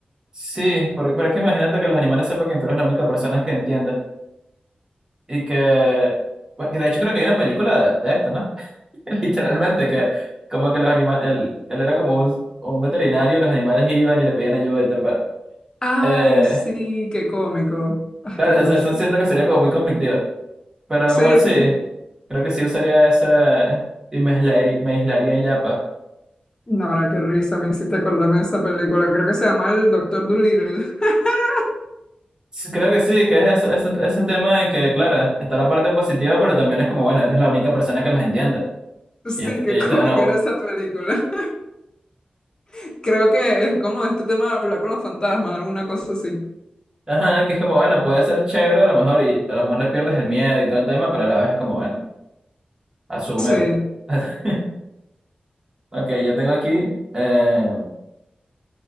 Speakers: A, on the right; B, on the left.
A: sí, por- pero, es que imagínate que los animales sepan que tú eres la única persona que entiende. Y que, bueno, que de hecho creo que hay una película de, de esto, ¿no? <laughs> Literalmente, que como que los animales, él, él era como un, un veterinario y los animales iban y le pedían ayuda y tal. pa-
B: Ay,
A: Eh,
B: sí, qué cómico. Ay,
A: claro,
B: qué cuchi.
A: o sea, eso siento que sería como muy conflictivo. Pero a
B: Sí,
A: lo mejor sí.
B: sí.
A: Creo que sí usaría esa y me aislaría, me aislaría ya, pues.
B: No, ahora qué risa me hiciste acordarme de esa película. Creo que se llama El Doctor Dolittle. <laughs>
A: Sí, Creo que sí, que es eso- ese, ese tema de que, claro, está la parte positiva, pero también es como, bueno, eres la única persona que los entiende.
B: Sí,
A: Y esto,
B: qué
A: y
B: cómica
A: esto, no,
B: era esa película. <laughs> Creo que es como este tema de hablar con los fantasmas, alguna cosa así.
A: ajá, que es como, bueno, puede ser chévere a lo mejor y a lo mejor le pierdes el miedo y todo el tema, pero a la vez es como, bueno, asúmelo.
B: Sí.
A: <laughs> Ok, yo tengo aquí eh,